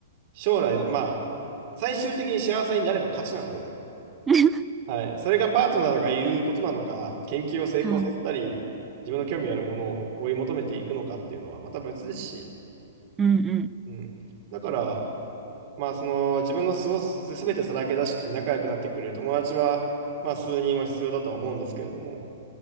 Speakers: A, on the right (about 50°); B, on the right (about 15°).
A: 将来、まあ、最終的に幸せになれば勝ちなので、
B: <laughs>
A: はい。それがパートナーが言うことなのか、研究を成功させたり、
B: はい。
A: 自分の興味あるものを追い求めていくのかっていうのはまた別ですし、
B: うんうん。
A: うん。だから、まあ、その、自分の素をすべてさらけ出して仲良くなってくれる友達は、まあ、数人は必要だとは思うんですけれども、